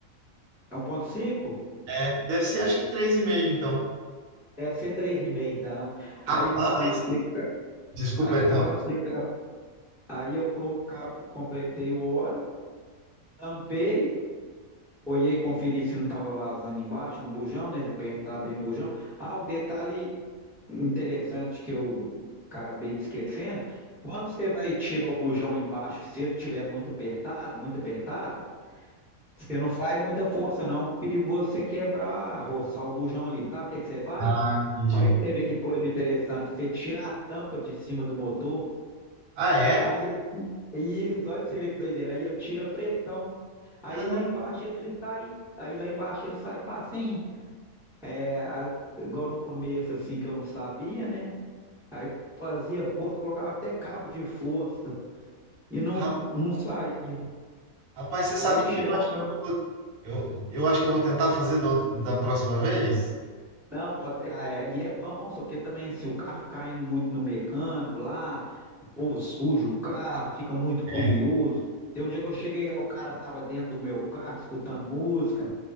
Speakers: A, in the centre; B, on the right.
A: é um ponto cinco
B: É, deve ser acho que três e meio então.
A: Deve ser 3,5 então. Aí
B: Rapaz,
A: acabando de explicar,
B: desculpa,
A: aí acabando
B: não.
A: de explicar, aí eu coloca- completei o óleo, tampei, olhei, conferi se não estava vazando embaixo, no bujão, né, se apertar bem o bujão. Ah, um detalhe interessante que eu acabei esquecendo, quando você vai tirar o bujão embaixo, se ele tiver muito apertado, muito apertado, você não faz muita força não, perigoso você quebrar, roçar o bujão ali, sabe o que que você faz?
B: Ah, entendi.
A: Olha pra você ver que coisa interessante, você tira a tampa de cima do motor,
B: Ah, é?
A: aí ele, isso, olha pra você ver que doideira, aí ele tira a pressão, aí
B: Ah,
A: lá embaixo ele sai, aí lá embaixo ele sai facinho, é, a- igual no começo assim que eu não sabia, né? Aí fazia força, colocava até cabo de força e não,
B: ra-
A: não saía.
B: rapaz, você sabe
A: Aí tirar
B: que eu acho que
A: tam-
B: eu, vou- eu, eu acho que eu vou tentar fazer da, outra- da próxima vez?
A: não, pode ter, ah, é, e é bom, só porque também assim, o carro fica indo muito no mecânico lá, o povo suja o carro, fica muito curioso.
B: É.
A: Tem um dia que eu cheguei lá, o cara tava dentro do meu carro escutando música.